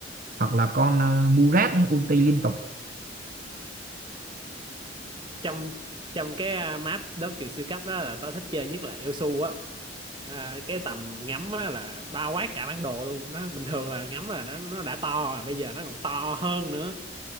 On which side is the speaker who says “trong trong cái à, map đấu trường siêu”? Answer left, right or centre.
Right